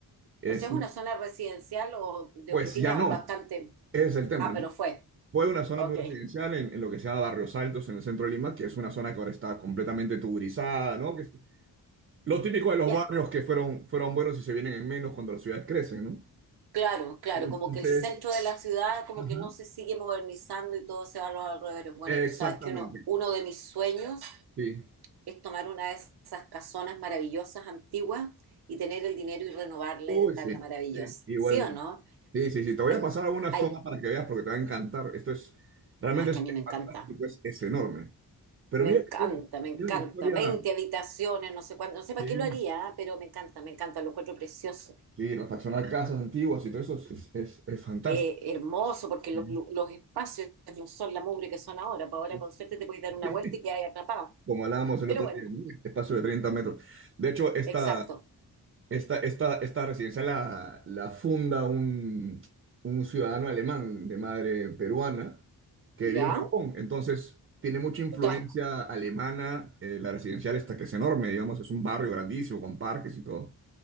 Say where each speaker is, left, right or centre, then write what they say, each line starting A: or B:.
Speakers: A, on the right (about 35°); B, on the right (about 80°).
A: Es,
B: O sea, es una zona residencial o de
A: pues
B: oficina
A: ya no,
B: bastante.
A: ese es el tema,
B: Ah, pero
A: ¿no?
B: fue.
A: Fue una zona
B: Ok.
A: muy residencial en, en lo que se llama Barrios Altos, en el centro de Lima, que es una zona que ahora está completamente tuburizada, ¿no? Que es Lo típico de los
B: Ya.
A: barrios que fueron, fueron buenos y se vienen en menos cuando las ciudades crecen, ¿no?
B: Claro, claro,
A: Entonces,
B: como que el centro de la ciudad como
A: ajá.
B: que no se sigue modernizando y todo se va a los alrededores. Bueno,
A: Exactamente.
B: tú sabes que uno, uno de mis sueños
A: Sí.
B: es tomar una de esas casonas maravillosas antiguas y tener el dinero y renovarla
A: Uy,
B: y dejarla
A: sí,
B: maravillosa.
A: sí, igualmente.
B: ¿Sí o no?
A: Sí, sí, sí. Te voy
B: Ay,
A: a pasar algunas
B: ay,
A: tomas para que veas porque te va a encantar. Esto es, realmente
B: ay, que
A: es
B: a mí me encanta.
A: fantástico, es, es enorme. Pero
B: Me
A: mira
B: encanta,
A: que tiene, un-
B: me encanta.
A: tiene una historia.
B: 20 habitaciones, no sé cuánto, no sé para
A: Sí,
B: qué lo haría, ah, pero me encanta, me encanta, lo encuentro precioso.
A: sí, refaccionar casas antiguas y todo eso es, es, es fantástico.
B: Eh, hermoso, porque los,
A: Sí.
B: lu- los espacios no son la mugre que son ahora, pues ahora
A: Uf.
B: con
A: <laughs>
B: suerte te puedes dar una
A: Sí.
B: vuelta y quedas atrapado.
A: Como hablábamos el
B: Pero
A: otro
B: bueno,
A: día, ¿no? Espacio de 30 metros. De hecho, esta,
B: exacto.
A: Esta, esta, esta residencia la, la funda un, un ciudadano alemán de madre peruana que
B: ¿Ya?
A: vivió en Japón. Entonces, tiene mucha influencia
B: Ta,
A: alemana. eh, la residencial esta que es enorme, digamos, es un barrio grandísimo con parques y todo.